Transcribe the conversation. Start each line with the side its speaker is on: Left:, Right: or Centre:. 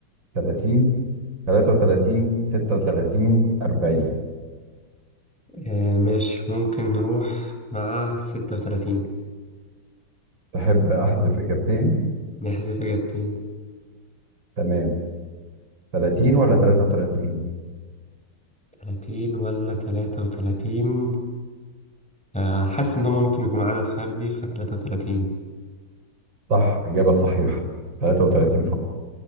Right: 30 33 36 40
Centre: آه ماشي ممكن نروح مع ستة وتلاتين
Right: تحب أحذف إجابتين
Centre: نحذف إجابتين
Right: تمام 30 ولا 33
Centre: تلاتين ولا تلاتة وتلاتين آه حاسس إن هما ممكن يكون عدد فردي فتلاتة وتلاتين
Right: صح إجابة صحيحة 33 فقرة